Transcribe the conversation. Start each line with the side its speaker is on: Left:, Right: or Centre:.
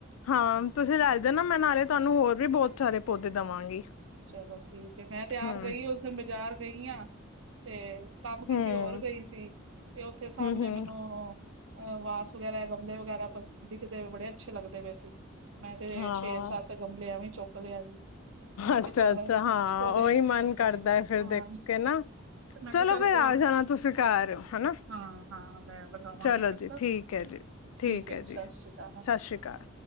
Left: ਹਾਂ ਤੁਸੀਂ ਲੈ ਜਾਨਾ ਮੈਂ ਨਾਲੇ ਤੁਹਾਨੂੰ ਹੋਰ ਵੀ ਬਹੁਤ ਸਾਰੇ ਪੌਦੇ ਦੇਵਾਂਗੀ।
Right: ਚਲੋ ਠੀਕ ਹੈ ਮੈਂ ਤੇ ਆਪ
Left: ਹੂੰ
Right: ਗਈ ਉਸ ਦਿਨ ਬਾਜ਼ਾਰ ਗਈ ਹਾਂ। ਤੇ ਕੰਮ
Left: ਹੂੰ
Right: ਕਿਸੇ ਹੋਰ ਗਈ ਸੀ, ਤੇ ਓਥੇ ਸਮਣੇ
Left: ਹੂੰ ਹੂੰ
Right: ਮੈਨੂੰ ਅ ਵਾਸ ਵਗੈਰਾ ਗਮਲੇ ਵਗੈਰਾ ਪਸੰਦੀ ਕਿਦੇ ਬੜੇ ਅੱਛੇ ਲੱਗਦੇ ਪਏ ਸੀ। ਮੈਂ ਤੇ
Left: ਹਾਂ
Right: ਛੇ-ਸੱਤ ਗਮਲੇ ਆਂ ਵੀ ਚੁੱਕ ਲੈ ਆਈ। ਮੈਂ
Left: ਅੱਛਾ
Right: ਕਿਹਾ ਚੱਲ
Left: ਅੱਛਾ ਹਾਂ
Right: ਪੌਦੇ
Left: ਉਹੀ
Right: ਹਾਂ
Left: ਮਨ ਕਰਦਾ ਹੈ ਫਿਰ ਦੇਖ ਕੇ ਨਾ
Right: ਤੇ ਮੈਂ
Left: ਚਲੋ
Right: ਕਿਹਾ ਚੱਲ
Left: ਫਿਰ
Right: ਪ
Left: ਆ ਜਾਣਾ ਤੁਸੀਂ ਘਰ ਹਨਾ
Right: ਹਾਂ ਹਾਂ ਮੈਂ ਲਗਾਵਾਂਗੀ
Left: ਚਲੋ
Right: ਚੱਕਰ।
Left: ਜੀ
Right: ਠੀਕ
Left: ਹੈ ਜੀ ਠੀਕ
Right: ਹੈ ਜੀ ਸਤਿ ਸ਼੍ਰੀ ਅਕਾਲ।
Left: ਸਤਿ ਸ਼੍ਰੀ ਅਕਾਲ